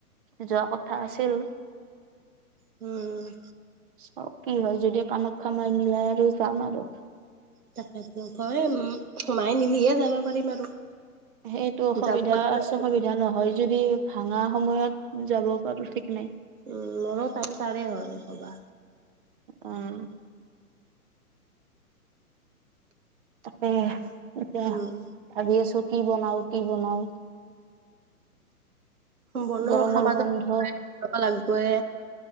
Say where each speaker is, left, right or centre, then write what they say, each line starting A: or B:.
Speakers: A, on the right; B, on the right.
A: যোৱা কথা আছিল
B: উম
A: চাও কি হয় যদি কামাখ্যা মাই মিলাই আৰু যাম আৰু।
B: তাকেতো হয় উম মাই নিলিহে যাব পাৰিম আৰু।
A: সেইটো অসুবিধা
B: যাম ক'লে
A: আছে
B: যাব
A: সুবিধা
B: পাৰিম।
A: অসুবিধা নহয় যদি ভাঙা সময়ত যাব পাৰো ঠিক নাই।
B: উম মোৰো টাইম পাৰে হল হবা।
A: উম। তাকে এতিয়া
B: উম।
A: ভাবি আছো কি বনাও কি বনাও
B: বনোৱা
A: গৰমৰ
B: খাবাটো
A: বন্ধ
B: লাগবই খাব লাগিবই